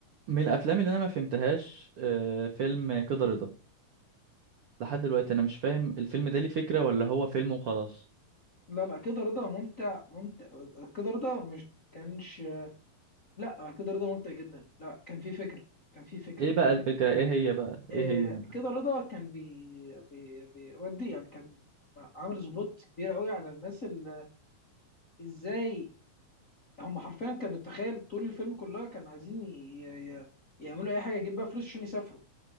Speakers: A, on the right (about 85°); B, on the left (about 45°).
A: من الافلام اللي انا ما فهمتهاش آه، فيلم كده رضا لحد دلوقتي انا مش فاهم الفيلم ده ليه فكرة ولا هو فيلم وخلاص
B: لا لا كده رضا ممتع ممتع كده رضا مش كانش لا كده رضا ممتع جدا لا كان في فكره كان في فكره
A: ايه بقى الفكرة ايه هي بقى
B: آه
A: ايه هي
B: كده رضا كان بي بي بيودي يعني كان عامل سبوت كبير قوي على الناس اللي ازاي هم حرفيا كانوا تخيل طول الفيلم كلها كانوا عايزين ي- ي- يعملوا اي حاجه يجيب بيها فلوس عشان يسافروا